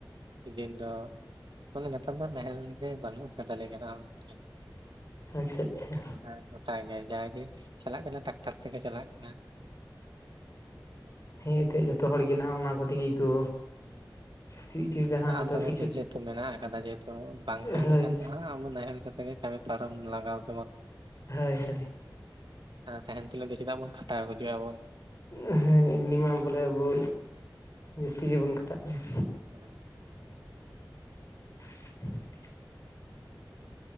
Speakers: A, on the right; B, on the left.
A: ᱥᱤᱡᱤᱱ ᱫᱚ ᱵᱚᱞᱮ ᱱᱮᱛᱟᱨ ᱫᱚ ᱱᱟᱦᱮᱞ ᱜᱮ ᱵᱟᱱᱩᱜᱼᱼ ᱟᱫᱚ ᱞᱟᱹᱭ ‌ᱜᱟᱱᱚᱜ-ᱟ ᱜᱚᱝᱠᱮ
B: ᱟᱪᱪᱷᱟ ᱟᱪᱪᱷᱟ
A: ᱱᱮᱛᱟᱨ ᱫᱚ᱾ <unintelligible> <unintelligible> ᱪᱟᱞᱟᱜ ᱠᱟᱱᱟ ᱴᱟᱠᱴᱟᱨ ᱛᱮᱜᱮ ᱪᱟᱞᱟᱜ ᱠᱟᱱᱟ
B: ᱦᱮᱸ ᱮᱱᱛᱮᱫ ᱡᱚᱛᱚ ᱦᱚᱲ ᱜᱮᱱᱟᱦᱟᱜ ᱚᱱᱟ ᱜᱚᱫᱤ ᱜᱮ ᱠᱚ
A: ᱦᱩᱸ᱾
B: ᱥᱤ ᱦᱚᱪᱚᱭᱮᱫᱟ
A: ᱢᱮᱱᱟᱜ
B: ᱦᱟᱸᱜ
A: ᱟᱫᱚ ᱜᱚᱝᱠᱮ
B: ᱠᱤᱪᱷᱩ
A: ᱡᱮ ᱦᱮᱛᱩ ᱢᱮᱱᱟᱜ ᱟᱠᱟᱫᱟ ᱡᱮ ᱦᱮᱛᱩ ᱵᱟᱝ ᱛᱟᱦᱮᱸ
B: ᱦᱳᱭ
A: ᱞᱮᱠᱷᱟᱱ ᱫᱚ ᱦᱟᱸᱜ ᱟᱵᱚ ᱱᱟᱦᱮᱞ ᱠᱚᱛᱮ ᱜᱮ ᱠᱟᱢᱤᱼᱼ ᱟᱨ ᱟᱢ ᱞᱟᱜᱟᱣᱟ ᱥᱮᱵᱟ
B: ᱦᱳᱭ ᱦᱳᱭ
A: ᱟᱨ ᱛᱮᱦᱮᱱ ᱛᱩᱞᱩᱡ ᱫᱚ ᱪᱤᱫᱟᱜ ᱵᱩᱱᱼᱼ <unintelligible> ᱟ ᱵᱩᱡᱩᱜ-ᱟᱵᱚᱱ᱾
B: ᱚ ᱦᱮᱸ ᱮᱢᱱᱤ ᱢᱟ ᱵᱚᱞᱮ ᱟᱸᱵᱩ ᱡᱟᱹᱥᱛᱤ ᱜᱤᱵᱚᱱ ᱠᱷᱟᱴᱟᱜ ᱠᱟᱱᱟ᱾
A: ᱦᱚᱸ᱾
B: <inaudible>